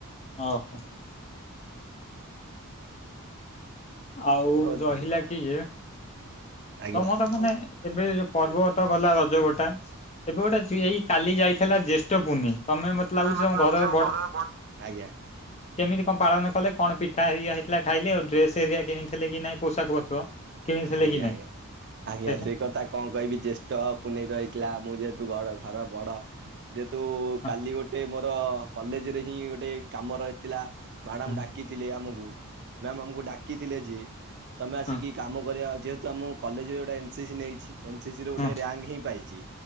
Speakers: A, on the left; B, on the right.
A: ହଁ ଆଉ
B: ହଁ ହୁଁ
A: ରହିଲା
B: ବହୁତ ଭଲ
A: କି ଯେ
B: ଆଜ୍ଞା
A: ତମର ମାନେ
B: ଆଜ୍ଞା
A: ଏବେ ଯୋଉ ପର୍ବ
B: ତମେ
A: ତ ଗଲା ରଜ ଗୋଟା ଏବେ ଗୋଟେ ଏଇ କାଲି ଯାଇଥିଲା ଜ୍ୟେଷ୍ଠ ପୂର୍ଣ୍ଣି ତମେ ଲାଗୁଛି
B: ମତେ
A: ତମ
B: ଲାଗୁଛ
A: ଘରର
B: ଆମ ଘର ବଡ ଆଜ୍ଞା
A: କେମିତି କଣ୍ ପାଳନ କଲେ କଣ୍ ପିଠା ଏରିଆ ହେଇଥିଲା ଖାଇଲେ ଆଉ ଡ୍ରେସ ଏରିଆ କିଣିଥିଲେ କି ନାଇଁ ପୋଷାକ ପତ୍ର କିଣିଥିଲେ
B: ଆଜ୍ଞା
A: କି ନାଇଁ
B: ଆଜ୍ଞା ଆଜ୍ଞା
A: ସେଇଟା
B: ସେଇ କଥା କଣ୍ କହିବି ଜ୍ୟେଷ୍ଠ ପୁନେଇ ରହିଥିଲା ମୁଁ ଯେହେତୁ ଘଡ ଘର ବଡ ଯେହେତୁ
A: ହଁ
B: କାଲି ଗୋଟିଏମୋର କଲେଜରେ ହିଁ ଗୋଟିଏକାମ ରହିଥିଲା ମାଡ଼ାମ
A: ହଁ
B: ଡା କି ଥିଲି ଆମକୁ ମାମ୍ ଆମକୁ ଡାକିଥିଲେ ଯେ ତମେ ଆସିକି
A: ହଁ
B: କାମ ଯେହେତୁ ଆମ କଲେଜରେ ଗୋଟିଏ ଏନ୍ ସି ସି ନେଇଛି ଏନସି ସି ରେ ଗୋଟିଏ
A: ହଁ
B: ରିଆଙ୍କ ହିଁ ପାଇଛି